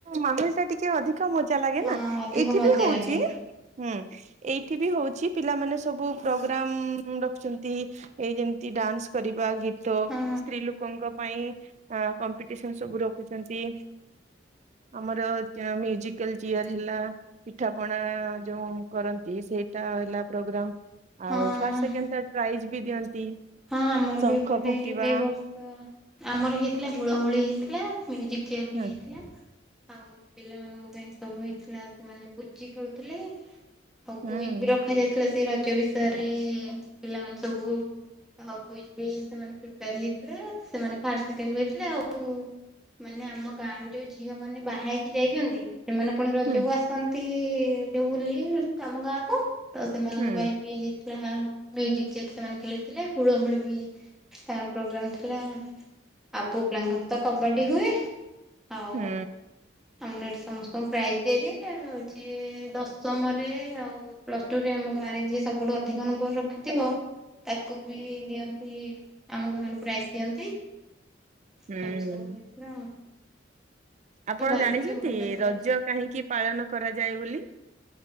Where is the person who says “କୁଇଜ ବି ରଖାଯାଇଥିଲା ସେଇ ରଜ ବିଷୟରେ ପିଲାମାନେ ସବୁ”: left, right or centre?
Centre